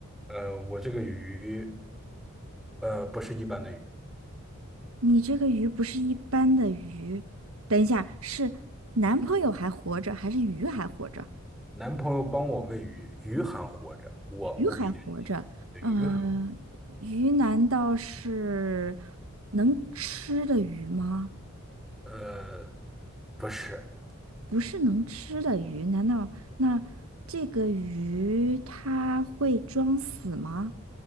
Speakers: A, in the centre; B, on the right.
A: 呃，我这个鱼，呃，不是一般的鱼。
B: 你这个鱼不是一般的鱼，等一下，是男朋友还活着，还是鱼还活着？
A: 男朋友帮我喂鱼，鱼还活着，我无比震惊。
B: 鱼还活着，
A: 对鱼还，
B: 嗯、鱼难道是能吃的鱼吗？
A: 呃，不是，
B: 不是能吃的鱼，难道那这个鱼它会装死吗？